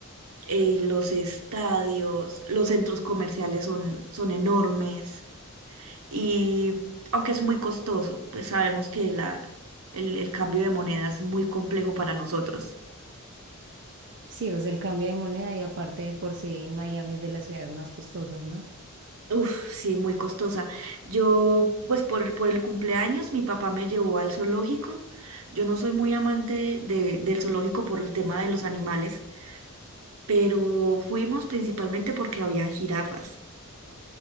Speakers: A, on the right; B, on the right.
A: eh, los estadios, los centros comerciales son, son enormes y aunque es muy costoso, pues sabemos que la, el, el cambio de moneda es muy complejo para nosotros.
B: sí, o sea, el cambio de moneda y aparte de por sí Miami es de las ciudades más costosas, ¿no?
A: Uf, sí, muy costosa. Yo, pues por, el- por el cumpleaños, mi papá me llevó al zoológico. Yo no soy muy amante de- del zoológico por el tema de los animales, pero fuimos principalmente porque habían jirafas.